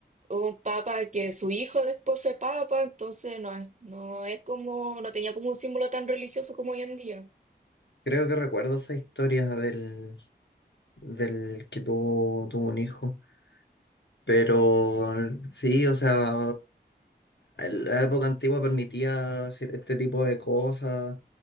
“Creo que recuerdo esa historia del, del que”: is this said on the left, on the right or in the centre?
Left